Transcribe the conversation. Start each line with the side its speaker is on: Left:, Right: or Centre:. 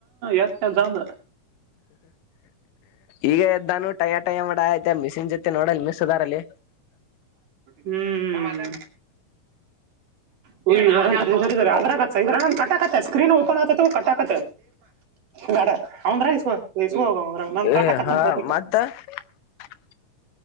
Right: ಎತ್ತನ ಚಂದ
Left: ಈಗ ಎದ್ದಾನು ಟಯಾ ಟಯ ಮಾಡ ಆಯತೆ ಮಿಸ್ಸಿನ ಜೊತೆ ನೋಡಲ್ ಮಿಸ್ ಅದಾರಲ್ಲಿ
Right: ಹ್ಮ್ ಮನೆ ಹ್ಮರಿ ಸದ್ರ ಇದ ನ ಕ ಸ್ಕ್ರೀನ್ ಓಪನ್ ಆಗ್ತ ಕ ್ರಾಗೋಗ್ರಾಗ ನ ಕಾಟಕತ್ತ
Left: ಏ ಹಾ <unintelligible>